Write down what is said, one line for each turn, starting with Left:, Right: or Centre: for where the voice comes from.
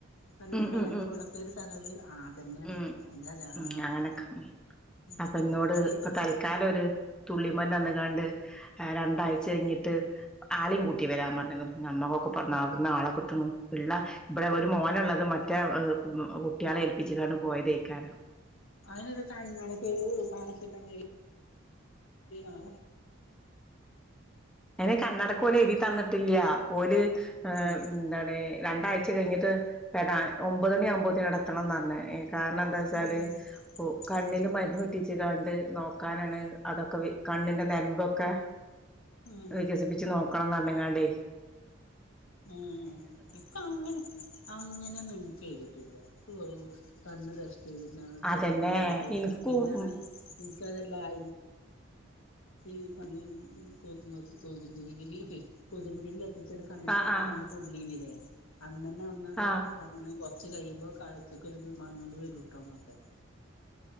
Left: പണിന്റെ
Centre: ഉം
Left: മേലെ
Centre: ഉം
Left: പോളക്കൊരു തടവ് ആ അതന്നെയാണ്
Centre: ഉം
Left: അതിന്റെ അടയാളാണ്
Centre: ഉം
Left: അതൊക്കെ
Centre: അങ്ങനൊക്ക ഉം
Left: ഉം
Centre: അപ്പന്നോട്
Left: ഇൻക്കും ഉണ്ടായിരുന്നു
Centre: പ്പ താൽക്കാലൊര് തുള്ളിമര്ന്ന് തന്ന്കാണ്ട് എ രണ്ടാഴ്ച കയ്ഞ്ഞിട്ട് ആളേം കൂട്ടി വരാൻ പറഞ്ഞീന് നമ്മക്കൊ <unintelligible> ആളെ കിട്ട്ണ് ഇള്ള ബടെ ഒര് മോന്ള്ളത് മറ്റേ എ ഉം കുട്ട്യാളെ പ്പിച് കാണ്ട് പോയതെയ്ക്കാരം
Left: അതിനത് കണ്ണാടി <unintelligible> ആ
Centre: അയ്ൻ കണ്ണടക്കോല് എയ്തി തന്നിട്ടില്ല്യ ഓല് എ
Left: ആഹ്
Centre: ഉം ന്താണ് രണ്ടാഴ്ച കയ്ഞ്ഞ്ട്ട് പിന്നെ ഒമ്പതണിയാവുമ്പോത്തിന് അവ്ടെത്തണം പറഞ്ഞ കാരണം ന്താ വെച്ചാല്
Left: ഉം
Centre: ഉ കണ്ണില്
Left: ഉം
Centre: മര്ന്ന് ഉറ്റിച്ച്ങ്ങാണ്ട് നക് നക്കാനാണ് അതൊക്കെ വി കണ്ണിന്റെ നെരൻമ്പൊക്കെ
Left: ഉം
Centre: വികസിപ്പിച്ച് നോക്കണംന്നർഞ്ഞ് കാണ്ടേ
Left: ഊ ഇപ്പ അങ്ങനെ അങ്ങനെന്നും <unintelligible> ചെയ്തിട്ടില്ല നക് വെറും കണ്ണ് ടെസ്റ്റെയ്തിട്ടാണ് കാഴ്ച
Centre: അതന്നെ
Left: കമ്മിന്റത് വരാണ്
Centre: ഇനിക്കും
Left: പിന്നെർഞ്ഞാല്
Centre: ഉം
Left: ൻക്കതല്ല ഇ <unintelligible> <unintelligible> കൊ കൊത്ക് തിരി കൊത്ക് തിരി <unintelligible> കണ്ണ്ല്
Centre: ആഹ്
Left: കുത്തി
Centre: ആഹ്
Left: കണ്ണ് പൊള്ളീനില്ലേ അന്നന്നെ അവ്ട്ന്നാ ഡോക്ട്
Centre: ആഹ്
Left: പറഞ്ഞ്ണ് കൊ ച്ച് കഴിയുമ്പോ കാഴ്ചക്കൊര്ത് മങ്ങല് വരൂട്ടോ ന്നൊക്കെ